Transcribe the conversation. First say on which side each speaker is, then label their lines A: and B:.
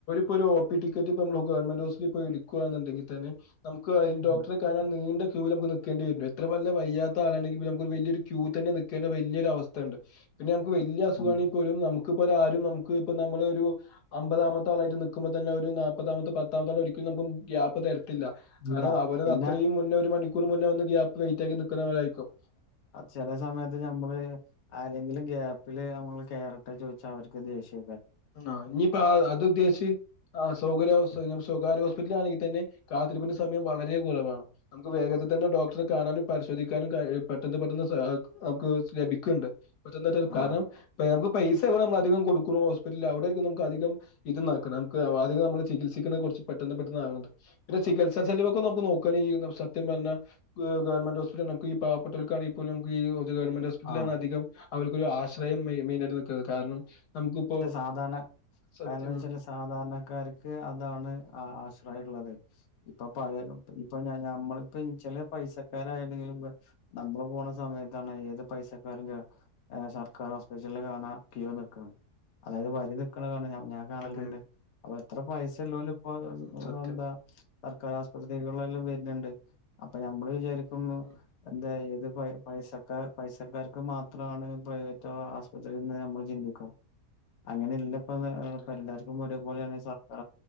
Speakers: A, on the left; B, on the left.
A: പ്പ ടിക്കറ്റ് ഇ നമ്മ ഗവമെന്റ് ഓഫസിൽ പോയി ഇക്കുകുണ്ടെങ്കിൽ തന്നെ നമുക്ക്ഈ
B: ഉം
A: ഡോക്ടറെ കാണാൻ നീണ്ട ക്യൂ നമുക്ക് നക്കണ്ടി വരും എത്ര വല്ല വയ്യാത്ത ആാണെങ്ക ലൊരു യ തന്നെ നക്കേണ്ട വലിയ ഒരു അവസ്ഥ ഉണ്ട് പിന്നെ നമുക്ക് വലിയ അസഖണെ
B: ആഹ്
A: പോലും നമു െ ആരും നമുക്ക് ഇപ്പ നമ്മ ഒരു അമ്പതാമത്ത ആളായിട്ട് നക്കുമ്പോ തന്നെ ഒരു നാപ്പതാമ പത്താമ ആ ഒരിക്കലും ് <unintelligible> കാരണം
B: ഇല്ല
A: അതുപലെ
B: പിന്നെ
A: അത്രയും മുന്നേ ഒരു മണിക്കൂർ മുന്നേ വന്ന് ഗ്യാപ്പ് വയിറ്റ്റ്റാക്കി നൽിക്കുന്നവരായിരിക്കും
B: ചില സമയത്ത് നമ്മള് ആരെങ്കിലും ഗ്യാപ്പില് നമ്മള് കേറട്ടെ ചോദിച്ചാ അവർക്ക് ദേഷ്യ
A: ആ ഇനിയിപ്പോ അത് ഉദ്ദേശിച്ച് ആ സൗകര്യ സ്വകാര്യ ഹല ആണെങ്ക തന്നെ കാത്തിപ്പിന്റെ സമയം വളരെ കുറവ നമക്ക് വേഗത്തിൽ തന്നെ ഡോക്റെ കാണാനും പരിശോധിക്കാനും പെട്ടെന്ന് പെട്ടെന്ന് നമുക്ക് ലഭിക്കണ്ട് പറ്റെന്ന് ത കാരണം
B: ആഹ്
A: നമുക്ക് പൈസ എവിടെ നമ്മള അധികം കൊടുക്കണോ അവിടെും നമു അധികം ഇത്ണം നമക്ക് അികം നമ്മള് ചികിത്സിക്കുന്ന കുറച്ച് പെട്ടെന്ന് പെട്ടന്ന ആണെ ചികിത്സാെലവൊക്കെ നമു നോക്കഈ സത്യം പറഞ്ഞാ ഗവൺമെന്റ് ഹോസ്പിറ്റല നമ ഈ പാപ്പെട്ടക്കണ നമ ഗവൺമെന്റ് ഹോസ്പിറ്റലിലാണ്
B: ആഹ്
A: അധികം അവർക്കൊരു ആശയം മെയിൻ ആായിട്ട് നിൽക്കുന്നത് കാരണം നമുക്കിപ്പോ
B: സ
A: സത്യം
B: കണം വെച്ചാല് സാധാരണക്കാർക്ക് അതാണ് ആ അിായള്ളത്െ ഇപ്പൊ പല ഇപ്പൊ ഞമ്മളിപ്പ ചില പൈസക്കാരായിെങ്കിലും നമ്മള് പോണ സമയത്താണ് ഏത് പൈസക്കാരും സർക്കാരോ കാണ കോ ന അതായത് വരി നണ കാണ ഞാൻ കാണലുണ്ട്
A: അതെ അതെ
B: അ അത്ര പൈസല്ലല ഇപ്പ
A: ഉം സത്യം
B: എന്താ സർക്കാർ ആശുപത്രികളിലെല്ലാം വരുന്നുണ്ട് അപ്പൊ നഞമ്മള് വിചാരിക്കുന്നു
A: ഉം
B: എന്താ പൈസ പൈസക്കാർക്ക് മാത്രമാണ് പ്രൈവറ്റ ആൽ നമ്മ ചിന്തിക്കും അങ്ങനെല്ല
A: അതെ അതെ
B: എല്ലർക്കും പോലെയാണ് സക്ക